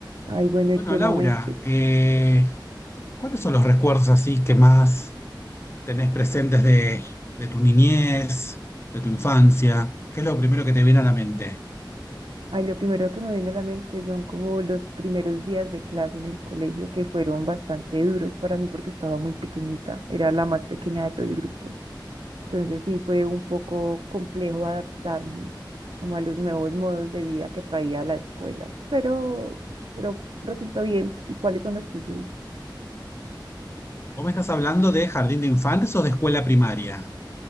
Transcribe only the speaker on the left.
Bueno,
Laura,
eh, ¿cuáles son los recuerdos así que más tenés presentes de, de tu niñez, de tu infancia? ¿Qué es lo primero que te viene a la mente?
¿Vos me estás hablando de jardín de infantes o de escuela primaria?